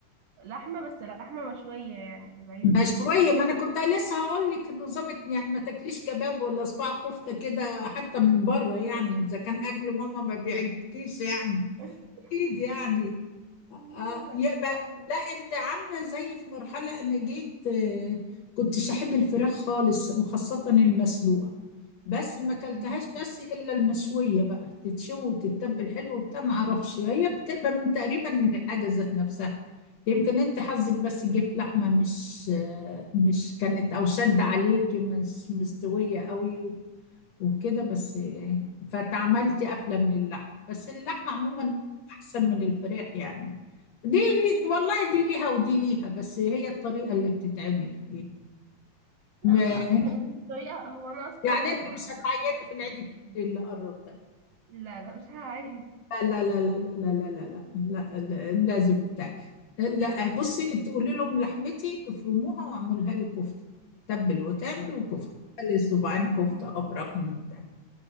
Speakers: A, on the right (about 70°); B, on the left (about 65°).
A: لحمة بس لحمة مشوية يعني في العيد
B: مشوية
A: وكده
B: ما انا كنت لسه هقول لك نظامك يعني ما تاكليش كباب ولا صباع كفتة كده حتى من بره يعني اذا كان اكل ماما ما بيعجبكيش يعني
A: <laughs>
B: اكيد يعني
A: لا
B: آه يبقى
A: لا لا
B: لا انت عامله زي في مرحله انا جيت آه كنتش احب الفراخ خالص وخاصه المسلوقه بس ما اكلتهاش
A: مم.
B: بس الا المشويه بقى تتشوي وتتبل حلو وبتاع ما اعرفش هي بتبقى من تقريبا من الحاجه ذات نفسها يمكن انت حظك بس جه في لحمه مش آه مش كانت او شد عليك مش مستويه قوي وكده بس فتعملت قفلة من اللحم بس اللحمة عموما أحسن من الفراخ يعني دي اللي والله دي ليها ودي ليها بس هي الطريقة اللي بتتعمل فيها
A: لا
B: م-
A: مش م- مش الطريقة هو أنا أصلا
B: يعني
A: يعني
B: أنت
A: ما
B: مش هتعيط
A: ما- مش
B: في العيد
A: ما-
B: الكبير
A: مش-
B: اللي قرب ده
A: لا لا مش هعيد
B: لا لا لا لا لا لا لا لا لا, لا, لا لازم بتاع لا بصي أنت قولي لهم لحمتي افرموها واعملها لي كفتة تبل وتعمل وكفتة خلي صباعين كفتة
A: هما
B: أبرك من بتاع